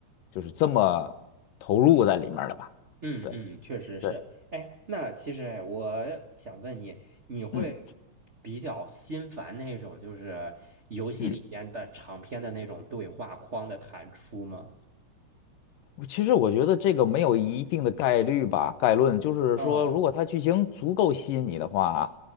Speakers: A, on the left; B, on the right.
A: 就是这么投入在里面儿了吧。
B: 嗯嗯，
A: 对
B: 确实是。
A: 对，
B: 哎，那其实哎，我想问你，你会比较心烦那种就是游戏里边的长篇的那种对话框的弹出吗？
A: 嗯嗯。其实我觉得这个没有一定的概率吧，概论就是说，
B: 嗯，
A: 如果它剧情足够吸引你的话，